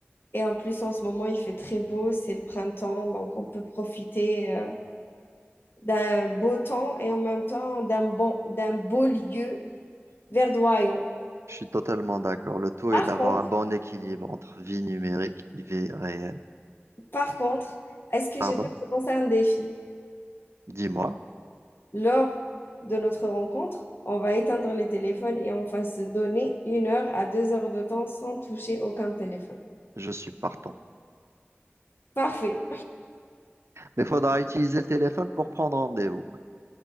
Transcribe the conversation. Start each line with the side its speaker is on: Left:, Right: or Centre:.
Left: et en plus, en ce moment, il fait très beau, c'est le printemps, donc on peut profiter euh, d'un beau temps et en même temps d'un bon, d'un beau lieu verdoyant.
Right: Je suis totalement d'accord. Le tout
Left: Par
Right: est d'avoir
Left: contre,
Right: un bon équilibre entre vie numérique et vie réelle.
Left: par contre, est-ce que
Right: Pardon?
Left: je peux te lancer un défi?
Right: Dis-moi,
Left: Lors de notre rencontre, on va éteindre les téléphones et on va se donner une heure à deux heures de temps sans toucher aucun téléphone.
Right: je suis partant.
Left: Parfait.
Right: Mais faudra utiliser le téléphone pour prendre rendez-vous.